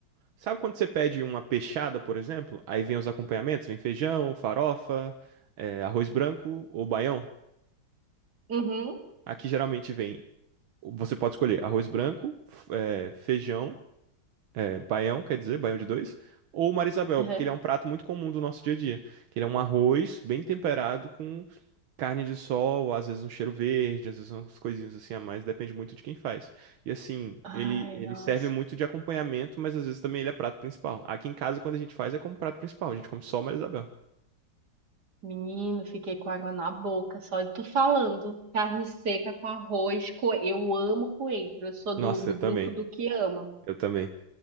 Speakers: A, on the right (about 75°); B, on the right (about 50°).
A: Sabe quando você pede uma peixada, por exemplo? Aí vem os acompanhamentos, vem feijão, farofa, eh, arroz branco ou baião.
B: Uhum,
A: Aqui geralmente vem, você pode escolher arroz branco, f- eh, feijão, eh, baião, quer dizer, baião de dois, ou marisabel,
B: uhum.
A: porque ele é um prato muito comum do nosso dia a dia, que ele é um arroz bem temperado carne de sol, às vezes um cheiro verde, às vezes umas coisinhas assim a mais, depende muito de quem faz. E assim,
B: Ai,
A: ele, ele
B: nossa.
A: serve muito de acompanhamento, mas às vezes também ele é prato principal. Aqui em casa, quando a gente faz, é como prato principal, a gente come só Maria Isabel.
B: Menino, fiquei com água na boca só de tu falando. Carne seca com arroz, co- eu amo coentro. Eu sou
A: Nossa,
B: do, do
A: eu
B: grupo
A: também,
B: do que ama.
A: eu também.